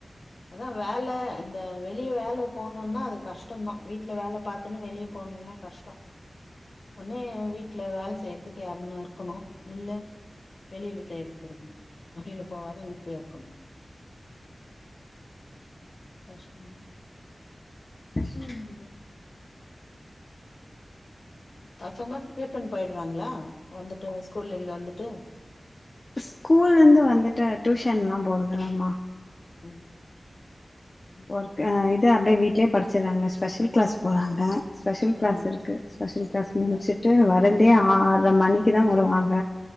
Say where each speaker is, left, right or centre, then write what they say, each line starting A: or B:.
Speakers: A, on the left; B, on the left.
A: அதா வேல இந்த வெளி வெளிய வேல போணுன்னா அது கஷ்டந்தா வீட்டுல வேலை பாத்துன்னு வெளிய போணுன்னா கஷ்டம் ஒன்னே வீட்ல வேல செய்யறதுக்கு யாருன்னு இருக்கணு இல்ல வெளியில செய்றதுக்கு இருக்கணு வெளியில போவாத வீட்லயே இருக்கன்னு கஷ்டந்தா
B: கஷ்டம்
A: பசங்க டியூஷன் போயிடுறாங்களா வந்துட்டு ஸ்கூல்ல இருந்து வந்துட்டு
B: ஸ்கூல்லருந்து வந்துட்டு டியூஷன்லா போறதுல்லம்மா
A: உம்
B: ஒர்க் இது அப்டியே வீட்லயே படிச்சுறாங்க ஸ்பெஷல் கிளாஸ் போறாங்க ஸ்பெஷல் கிளாஸ்
A: ம்
B: இருக்கு ஸ்பெஷல் கிளாஸ் முடிச்சுட்டு வர்றதே ஆர்ற மணிக்கு தா வருவாங்க